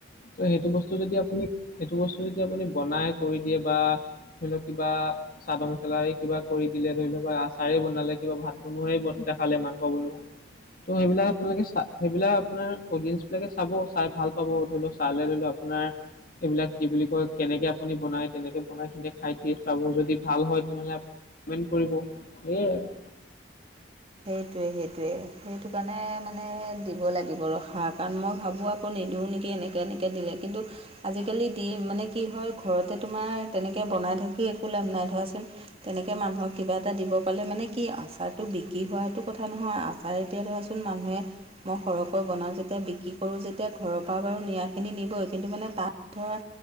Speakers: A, on the left (about 50°); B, on the right (about 35°).
A: ত সেইটো বস্তু যদি আপুনি সেইটো বস্তু যদি আপুনি বনাই কৰি দিয়ে বা ধৰি লওক কিবা চাদৰ মেখেলা কিবা কৰি দিলে ধৰি লওক বা আচাৰেই বনালে কিবা ভাত বনোৱে দেখালে মাংস, বনোৱা।
B: উ <unintelligible>
A: ত' সেইবিলাক আপোনালোকে সেইবিলাক আপোনাৰ অডিয়েঞ্চ বিলাকে চাব চাই ভাল পাব ধৰি লও চালে ধৰি লও আপোনাৰ এইবিলাক কি বুলি কয় কেনেকে আপুনি বনায় তেনেকে বনাই কিনে খাই টেষ্ট পাব যদি ভাল হয় তেনেহ'লে কমেণ্ট কৰিব সেয়াই আৰু
B: সেইটোৱে সেইটোৱে সেইটো কাৰণে মানে দিব লাগিব ৰসাৰ কাৰণ মই ভাবোঁ আ আকৌ নিদোওঁ নেকি এনেকৈ এনেকৈ দিলে কিন্তু আজিকালি দি মানে কি হয় ঘৰতে তোমাৰ তেনেকে বনাই থাকি একো লাভ নাই ধৰাচোন। তেনেকে মানুহক কিবা এটা দিব পালে মানে কি আচাৰটো বিক্ৰী কি হোৱাটো কথা নহয় আচাৰে এতিয়া ধৰাচোন মানুহে মই সৰহকৈ বনাওঁ যেতিয়া বিক্ৰী কৰোঁ যেতিয়া ঘৰৰ পৰা বাৰু নৰাখিনি নিবই কিন্তু মানে তাত ধৰা